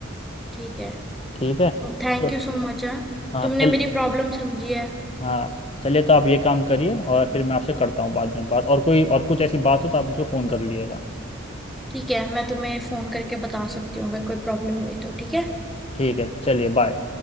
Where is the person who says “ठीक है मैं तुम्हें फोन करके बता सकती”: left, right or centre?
Centre